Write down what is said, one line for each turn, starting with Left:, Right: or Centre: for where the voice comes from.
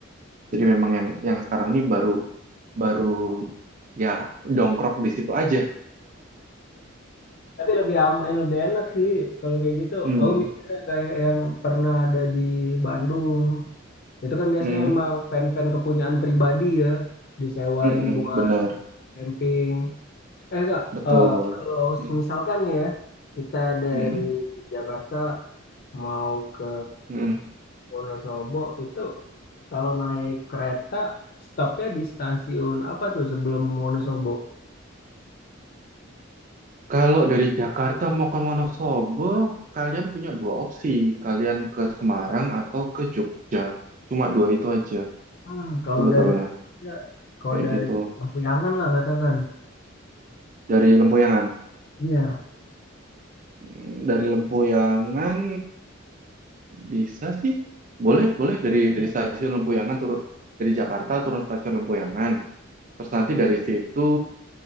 Right: Jadi memang yang yang sekarang ini baru baru ya dongkrok di situ aja.
Left: Tapi lebih aman, lebih enak sih kalau kayak gitu.
Right: Hmm,
Left: Aku mikirnya kayak yang pernah ada di Bandung. Itu kan biasanya
Right: mm-mm,
Left: emang fan-fan kepunyaan pribadi ya, disewain
Right: mm-mm,
Left: buat
Right: bener,
Left: Camping. Eh kak,
Right: betul.
Left: eh, kalau
Right: Mm,
Left: misalkan ya kita dari
Right: mm-mm,
Left: Jakarta mau ke
Right: mm-mm.
Left: Wonosobo itu kalau naik kereta stopnya di stasiun apa tuh sebelum Wonosobo?
Right: Kalau dari Jakarta mau ke Wonosobo, kalian punya dua opsi. Kalian ke Semarang atau ke Jogja. Cuma dua itu aja
Left: Hmm, kalau
Right: sebetulnya
Left: dari ya, kalau
Right: kayak
Left: dari
Right: gitu
Left: Lampuyangan lah katakan.
Right: dari Lempuyangan.
Left: Iya.
Right: Mm, Dari Lempuyangan bisa sih. Boleh, boleh dari dari stasiun Lempuyangan turun dari Jakarta turun stasiun Lempuyangan. Terus nanti dari situ